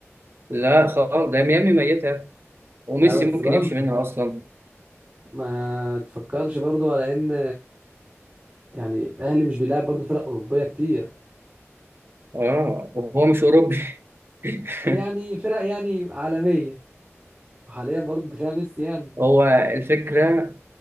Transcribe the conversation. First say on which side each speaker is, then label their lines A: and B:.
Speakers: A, on the right; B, on the right.
A: لا خالص ده ميامي ميتة وميسي
B: لا بس
A: ممكن
B: برضه
A: يمشي منها أصلا
B: ما تفكرش برضه على ان يعني الاهلي مش بيلعب برضه فرق اوروبيه كتير
A: اه وهو مش أوروبي <laughs>
B: يعني فرق يعني عالميه وحاليا برضه دفاع ميسي يعني
A: هو الفكرة